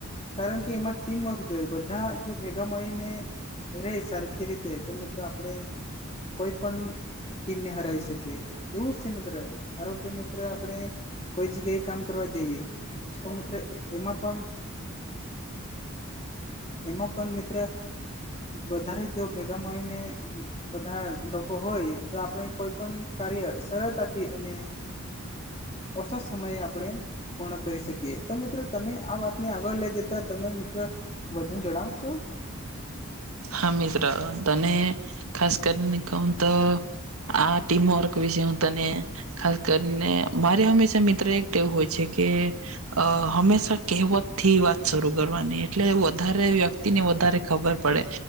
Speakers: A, on the left (about 25°); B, on the right (about 85°).
A: કારણ કે એમાં ટીમવર્ક જોય બધા જો ભેગા મળીને રે સરખી રીતે તો મિત્રો આપણે કોઈ પણ ટીમને હરાવી શકીએ એવું જ છે મિત્ર ધારો કે મિત્ર આપણે કોઈ જગ્યાએ કામ કરવા જઈએ તો મિત્રો એમાં પણ એમાં પણ મિત્ર વધારે જો ભેગા મળયી ને બધા લોકો હોય તો આપણે કોઈ પણ કાર્ય સરળતાથી અને ઓછા સમયે આપણેે પૂર્ણ કરી શકીએ તો મિત્રો તમે આ વાતને આગળ લઈ જતા તમે મિત્રો વધુ જણાવશો
B: હા મિત્ર તને ખાસ કરીને કોમ તો આ ટીમ વર્ક વિષય તને ખાસ કરીને મારે હંમેશા મિત્ર એક એવું હોય છે કે અ હંમેશા કહેવત થી વાત શરૂ કરવાની એટલે વધારે વ્યક્તિને વધારે ખબર પડે